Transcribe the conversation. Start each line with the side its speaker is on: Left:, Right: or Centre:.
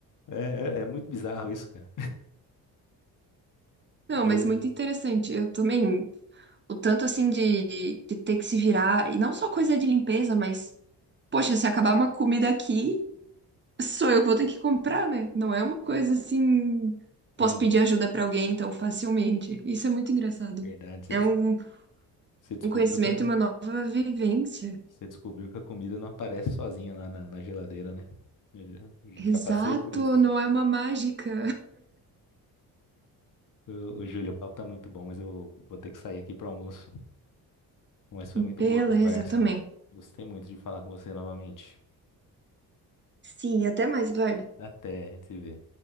Left: é, é é muito bizarro isso, cara.
Right: Não,
Left: Eu-
Right: mas muito interessante. Eu também, o tanto assim de, de ter que se virar, e não só coisa de limpeza, mas, poxa, se acabar uma comida aqui. Sou eu que vou ter que comprar, né? Não é uma coisa assim. Posso
Left: Sim,
Right: pedir ajuda pra alguém tão facilmente. Isso é muito engraçado.
Left: verdade.
Right: É um,
Left: Você você descobriu
Right: um conhecimento
Left: que. eu
Right: e uma nova vivência.
Left: Você descobriu que a comida não aparece sozinha lá na, na geladeira, né? Eu já,
Right: Exato,
Left: já passei por isso.
Right: não é uma mágica.
Left: Ô, ô, Júlio, o papo tá muito bom, mas eu vou ter que sair aqui para almoço.
Right: <laughs>
Left: Mas foi
Right: Beleza,
Left: muito boa a conversa.
Right: eu também.
Left: Gostei muito de falar com você novamente.
Right: Sim, até mais, Eduardo.
Left: Até, a gente se vê.